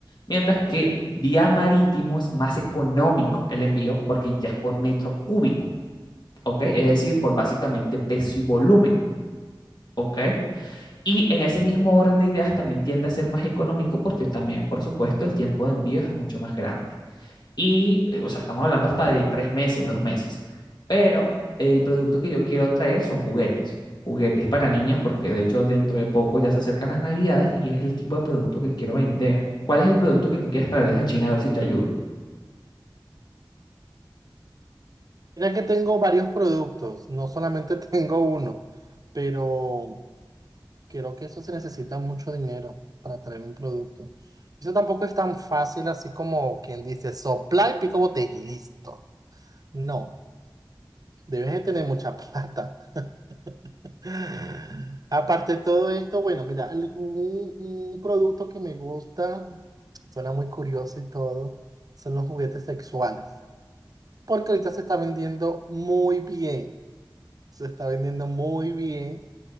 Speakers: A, on the left; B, on the right.
A: Mientras que vía marítimo es más económico el envío porque ya es por metro cúbico, ¿ok? Es decir, por básicamente peso y volumen, ¿ok? Y en ese mismo orden de ideas también tiende a ser más económico porque también, por supuesto, el tiempo de envío es mucho más grande. Y, eh, o sea, estamos hablando hasta de tres meses, dos meses. Pero el producto que yo quiero traer son juguetes, juguetes para niños, porque de hecho dentro de poco ya se acercan las navidades y es el tipo de producto que quiero vender. ¿Cuál es el producto que tú quieres traer desde China? A ver si te ayudo.
B: Mira que tengo varios productos, no solamente <laughs> tengo uno, pero creo que eso se necesita mucho dinero para traer un producto. Eso tampoco es tan fácil así como quien dice sopla y pico botella y listo. No, debes de tener mucha plata. <laughs> Aparte de todo esto, bueno, mira, algún- un un producto que me gusta, suena muy curioso y todo, son los juguetes sexuales, porque ahorita se está vendiendo muy bien. se está vendiendo muy bien,